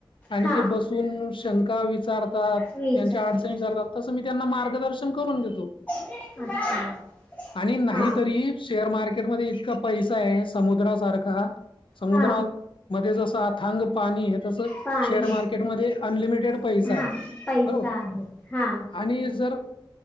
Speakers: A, on the left; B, on the left.
A: आणि
B: हा
A: ते बसून शंका विचारतात,
B: विचारते
A: त्यांच्या अडचणी विचारतात, तसं मी त्यांना मार्गदर्शन करून घेतो.
B: अच्छा! <unintelligible>
A: आणि नाहीतरी,
B: हा
A: शेअर मार्केटमध्ये इतका पैसा आहे समुद्रासारखा,, समुद्रामध्ये
B: हा
A: जसा अथांग पाणी आहे तसं.
B: पाणी
A: शेअर मार्केटमध्ये अनलिमिटेड पैसा
B: हा
A: आह.
B: पैसा
A: बरोबर,,
B: आहे हा
A: आणि जर